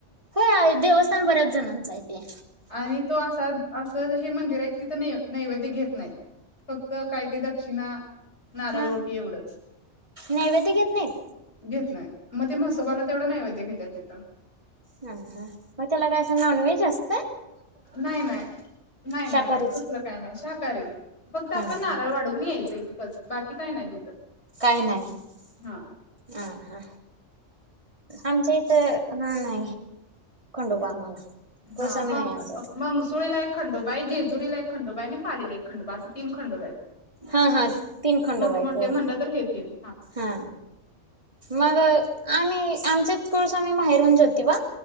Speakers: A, on the right; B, on the left.
A: हो देवस्थान बऱ्याच जणांच आहे तेे
B: आणि तो असा असं हे मंदिर आहे कि तिथं नैवेद्य घेत नाहीत फक्त काय ते दक्षिणा नारळ
A: हा
B: ओटी एवढच
A: नैवेद्य घेत नाहीत?
B: घ नाही मग ते मसोबाला तेवढ नाही वध्ये घेते ति त
A: हा हा मला कायस नाॉन वेज अस
B: नाही नाही नाही
A: शाकाहारीच
B: नाही नाही कुसलं काही नाही शाकारारी फक्त आपण
A: हा हा
B: नारळ वाढवून येईल थच बाकी काय नाही तिथं
A: काही नाही
B: हा
A: ह ह आमच्या इथ नाही खंडोबा आम्हाला
B: हा
A: गोस्वामी
B: मंग
A: नाही आमच्यात
B: मंगसुळीला एक खंडोबा हाय जेज जुरीला एक खंडबा आहे आणि पालीला एक खडोबा आहे असे तीन खडोबा आहेत.
A: हा हा तीन खडोबा
B: मोठमोठे
A: हाईत होय,
B: म्हणलं तर हे तीन
A: हा मग आम्ही आमच्या कुळस्वामी माहेरून जोतिबा,